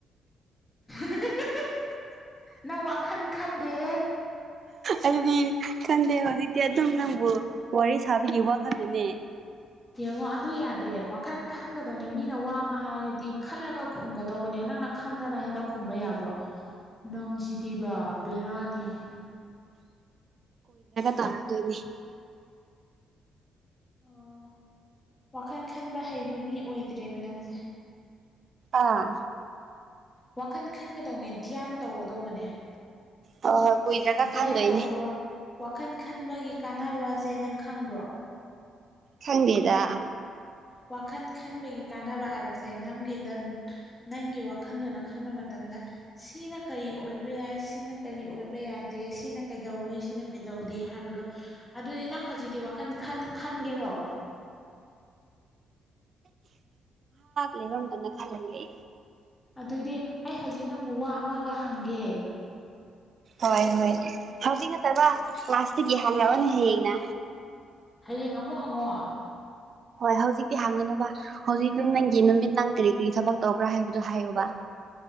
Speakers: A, on the left; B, on the right.
A: ꯍꯤ ꯍꯤ ꯅꯪ ꯋꯥꯈꯜ ꯈꯟꯗꯦꯍꯦ
B: ꯑꯩꯗꯤ ꯈꯟꯗꯦ ꯍꯧꯖꯤꯇꯤ ꯑꯗꯨꯝ ꯅꯪꯕꯨ ꯋꯥꯔꯤ ꯁꯥꯕꯤꯒꯤ ꯋꯥ ꯈꯛꯇ ꯅꯦ
A: ꯎꯝ ꯍꯪ ꯑꯗꯨ ꯌꯥꯗꯦ ꯋꯥꯈꯜ ꯈꯟꯒꯗꯧꯅꯦ ꯃꯤꯅ ꯋꯥ ꯑꯃ ꯍꯥꯏꯔꯗꯤ ꯈꯜꯂꯒ ꯈꯨꯝꯒꯗꯧꯕꯅꯦ ꯅꯪꯅ ꯈꯟꯗꯅ ꯍꯦꯛꯇ ꯈꯨꯝꯕ ꯌꯥꯕ꯭ꯔꯣ ꯅꯪꯁꯤꯗꯤꯕ ꯕꯦꯔꯤꯅꯤꯍꯦ
B: ꯇꯥ ꯇꯣꯏꯅꯤ
A: ꯑꯣ ꯋꯥꯈꯜ ꯈꯟꯕ ꯍꯩꯕ ꯃꯤ ꯑꯣꯏꯗ꯭ꯔꯦꯕ ꯅꯪꯁꯦ
B: ꯑꯥ
A: ꯋꯥꯈꯟ ꯈꯟꯒ ꯇꯧꯅꯦ ꯙ꯭ꯌꯥꯟ ꯇꯧꯒꯗꯧꯕꯅꯦ
B: ꯍꯣꯏ ꯍꯣꯏ ꯀꯨꯏꯗ꯭ꯔꯒ
A: ꯙ꯭ꯌꯥꯟ
B: ꯈꯟꯗꯣꯏꯅꯦ
A: ꯇꯧꯕ ꯋꯥꯈꯜ ꯈꯟꯕꯒꯤ ꯀꯥꯟꯅꯕ ꯑꯁꯦ ꯅꯪ ꯈꯪꯕ꯭ꯔꯣ
B: ꯈꯡꯗꯦꯇꯥ
A: ꯋꯥꯈꯟ ꯈꯟꯕꯒꯤ ꯀꯥꯟꯅꯕ ꯍꯥꯏꯕꯁꯦ ꯅꯪꯒꯤꯗ ꯅꯪꯒꯤ ꯋꯥꯈꯜꯗꯨꯅ ꯈꯟꯕ ꯃꯇꯝꯗ ꯁꯤꯅ ꯀꯔꯤ ꯑꯣꯏꯕ ꯌꯥꯏ ꯁꯤꯅ ꯀꯔꯤ ꯑꯣꯏꯕ ꯌꯥꯗꯦ ꯁꯤꯅ ꯀꯩꯗꯧꯋꯤ ꯁꯤꯅ ꯀꯩꯗꯧꯗꯦ ꯍꯥꯏꯕꯗꯣ ꯑꯗꯨꯗꯤ ꯅꯪ ꯍꯧꯖꯤꯛꯇꯤ ꯋꯥꯈꯜ ꯈꯟ ꯈꯟꯒꯦꯔꯣ
B: ꯂꯩ ꯔꯣꯝꯗꯅ ꯊꯜꯍꯜ ꯂꯩ
A: ꯑꯗꯨꯗꯤ ꯑꯩ ꯍꯧꯖꯤꯛ ꯅꯪꯕꯨ ꯋꯥ ꯃꯒ ꯍꯪꯒꯦ
B: ꯍꯣꯏ ꯍꯣꯏ ꯍꯧꯖꯤꯛ ꯅꯠꯇꯕ ꯀ꯭ꯂꯥꯁꯇꯤꯒꯤ ꯍꯥꯡꯉꯛꯑꯣꯅꯦ ꯍꯌꯦꯡꯅ
A: ꯍꯌꯦꯡ ꯑꯃꯨꯛ ꯍꯪꯉꯣ
B: ꯍꯣꯏ ꯍꯧꯖꯤꯛꯇꯤ ꯍꯥꯡꯒꯅꯣꯕ ꯍꯧꯖꯤꯛꯇꯤ ꯅꯪꯒꯤ ꯅꯨꯃꯤꯠ ꯅꯪ ꯀꯔꯤ ꯀꯔꯤ ꯊꯕꯛ ꯇꯧꯕ꯭ꯔꯥ ꯍꯥꯏꯕꯗꯨ ꯍꯥꯏꯌꯨꯕ